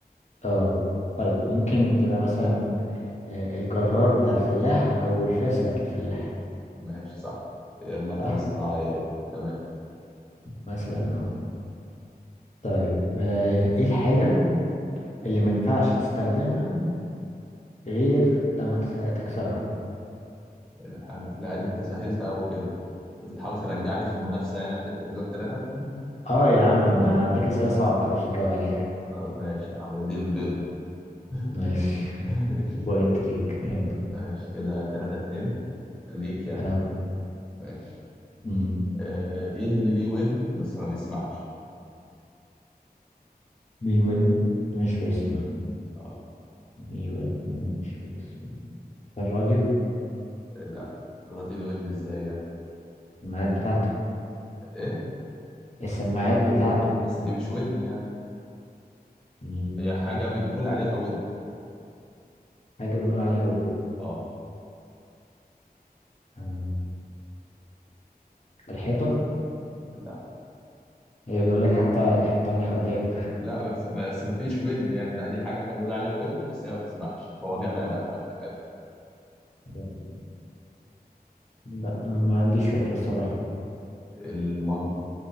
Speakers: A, on the left (about 45°); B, in the centre.
A: اه طيب ممكن تبقى مثلا آه، الجرار بتاع الفلاح او الفاس بتاعت الفلاح
B: ماشي صح المكنة
A: صح
B: الزراعية يعني تمام
A: مثلا اه طيب آه، ايه الحاجة اللي ما ينفعش تستخدمها غير لما تس- تكسرها
B: آه، لا دي انت سهلت قوي كده بتحاول ترجعني في المنافسة يعني عشان انت كسبان ثلاثة
A: اه يا عم
B: <laughs>
A: انا اديك اسئلة صعبة ما تعرفش تجاوب عليها
B: آه، ماشي يا عم دي البيض <laughs>
A: ماشي <laughs>
B: ماشي
A: بوينت ليك يلا
B: ماشي كده ثلاثة اتنين ليك يعني
A: اه
B: ماشي
A: أمم.
B: آه، ايه اللي ليه ودن بس ما بيسمعش
A: ليه ودن مش بيسمع
B: اه
A: ليه ودن ومش بيسمع الراديو
B: آه، لا الراجل ليه ودن ازاي يعني
A: الميعاد بتاعته
B: ايه
A: السماعات بتاعته
B: بس دي مش ودن يعني
A: مم،
B: هي حاجه بنقول عليها ودن
A: حاجة بنقول عليها ودن
B: اه
A: مم، الحيطة
B: لا
A: هي بيقول لك حتى الحيطان لها ودايب
B: ثانية لا بس بس ما فيش ودن يعني لا دي حاجه احنا بنقول عليها ودن بس هي ما بتسمعش هو جماد عامه أيوة.
A: <laughs> لا ما عنديش فكرة الصراحة
B: المج